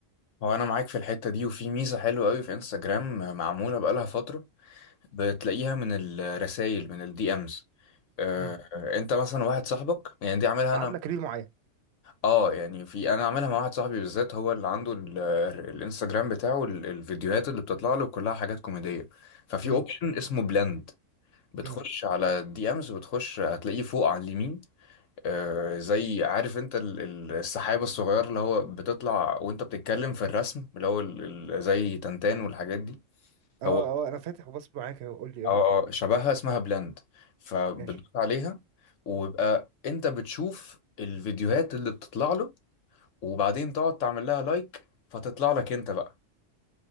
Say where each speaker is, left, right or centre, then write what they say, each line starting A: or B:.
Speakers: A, on the left; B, on the right.
A: هو انا معاك في الحتة دي وفي ميزة حلوة قوي في انستجرام معمولة بقالها فترة بتلاقيها من الرسائل من الدي امز آه،
B: امم
A: انت مثلا واحد صاحبك يعني دي عاملها
B: بعت
A: انا
B: لك ريل معين
A: اه يعني في انا عاملها مع واحد صاحبي بالذات هو اللي عنده ال- الانستجرام بتاعه ال- الفيديوهات اللي بتطلع له كلها حاجات كوميدية ففي
B: امم
A: اوبشن اسمه بلند بتخش
B: امم
A: على الدي امز وبتخش هتلاقيه فوق على اليمين آه زي عارف انت ال- ال- السحابة الصغير اللي هو بتطلع وانت بتتكلم في الرسم اللي هو ال- ال- زي تنتان والحاجات دي
B: اه
A: هو
B: اه انا فاتح وبص معاك أهو، قول لي
A: اه
B: اه
A: آه، شبهها اسمها بلند فبتدوس
B: ماشي
A: عليها ويبقى انت بتشوف الفيديوهات اللي بتطلع له وبعدين تقعد تعمل لها لايك فتطلع لك انت بقى